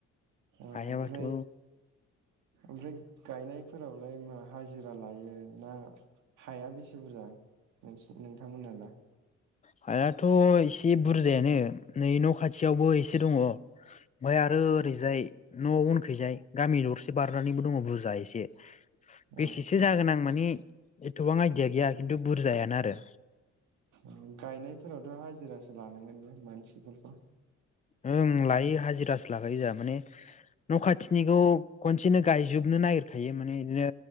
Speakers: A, on the right; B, on the left.
A: ओमफ्राय
B: हायाबाथ'
A: ओमफ्राय गायनायफोरावलाय मा हाजिरा लायो ना हाया बेसे बुरजा नोंसि नोंथांमोननालाय?
B: हायाथ' एसे बुरजायानो नै न' खाथियावबो एसे दङ। ओमाय आरो ओरैजाय न' उनखैजाय गामि दर से बारनानैबो दङ बुरजा एसे। बेसेसो
A: औ
B: जागोन आं माने एथ'बां आइदिया गैया खिन्थु बुरजायानो आरो।
A: औ। गायनायफोरावथ' हाजिरासो लानांगोन बे मानसिफोरखौ।
B: ओं लायो हाजिरासो लागायो जोंहा माने न' खाथिनिखौ खनसेनो गायजोबनो नागिरखायो माने इदिनो